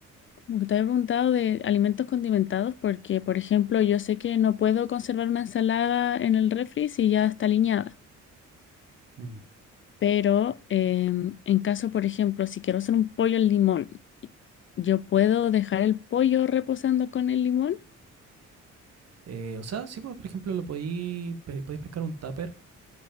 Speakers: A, on the left; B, on the right.
A: como que te había preguntado de alimentos condimentados, porque, por ejemplo, yo sé que no puedo conservar una ensalada en el refri si ya está aliñada.
B: Ujú.
A: Pero em, en caso, por ejemplo, si quiero hacer un pollo al limón, ¿yo puedo dejar el pollo reposando con el limón?
B: Eh, o sea, sí, pues, por ejemplo, lo podéis pe- podéis pescar un tupper